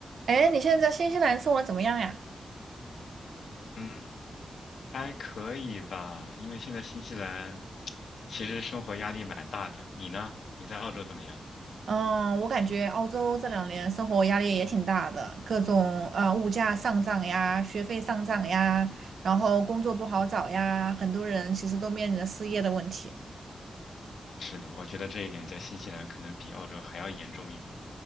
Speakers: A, on the right (about 65°); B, on the left (about 75°).
A: 哎，你现在在新西兰生活怎么样呀？
B: 嗯，还可以吧，因为现在新西兰其实生活压力蛮大的。你呢？你在澳洲怎么样？
A: 嗯，我感觉澳洲这两年生活压力也挺大的，各种呃物价上涨呀，学费上涨呀，然后工作不好找呀，很多人其实都面临着失业的问题。
B: 是的，我觉得这一点在新西兰可能比澳洲还要严重一点。